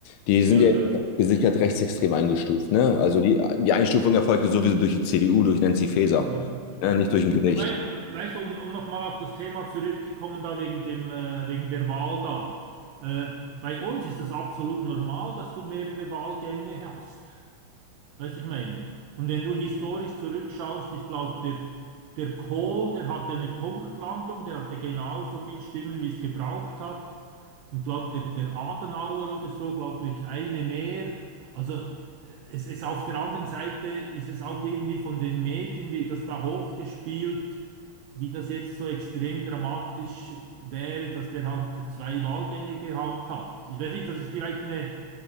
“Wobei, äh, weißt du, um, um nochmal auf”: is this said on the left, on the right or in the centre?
Right